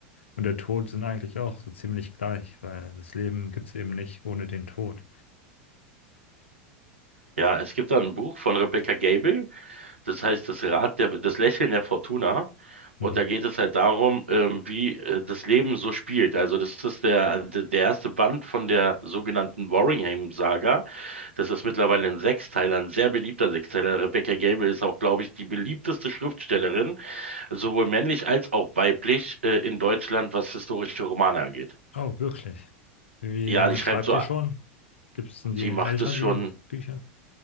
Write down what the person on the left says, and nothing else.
Und der Tod sind eigentlich auch so ziemlich gleich, weil das Leben gibt es eben nicht ohne den Tod.
Mhm.
Oh, wirklich? Wie
lange
schreibt
ihr schon? Gibt es denn die
älter,
die
Bücher?